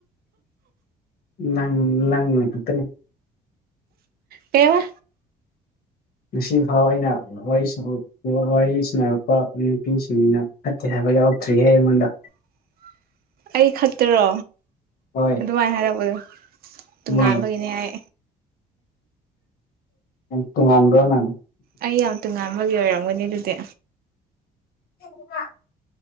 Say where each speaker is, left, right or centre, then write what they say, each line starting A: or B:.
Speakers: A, on the left (about 65°); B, on the right (about 65°).
A: ꯅꯪ ꯅꯪꯅ ꯈꯛꯇꯅꯦ
B: ꯀꯩꯕ
A: ꯉꯁꯤ ꯐꯥꯎ ꯑꯩꯅ ꯋꯥꯔꯤꯁꯤꯡ ꯋꯥꯔꯤ ꯁꯥꯟꯅꯔꯛꯄ ꯅꯨꯄꯤꯁꯤꯡꯅ ꯐꯠꯇꯦ ꯍꯥꯏꯕ ꯌꯥꯎꯔꯛꯇ꯭ꯔꯤꯍꯦ ꯑꯩꯉꯣꯟꯗ
B: <unintelligible> ꯑꯩ ꯈꯛꯇꯔꯣ
A: ꯍꯣꯏ
B: ꯑꯗꯨꯃꯥꯏꯅ ꯍꯥꯏꯔꯛꯄꯗꯣ ꯇꯣꯉꯥꯟꯕꯒꯤꯅꯦ
A: ꯎꯝ
B: ꯍꯥꯏ
A: ꯇꯣꯉꯥꯟꯕ꯭ꯔꯣ ꯅꯪ
B: ꯑꯩ ꯌꯥꯝ ꯇꯣꯉꯥꯟꯕꯒꯤ ꯑꯣꯏꯔꯝꯒꯅꯤ ꯑꯗꯨꯗꯤ
A: <unintelligible>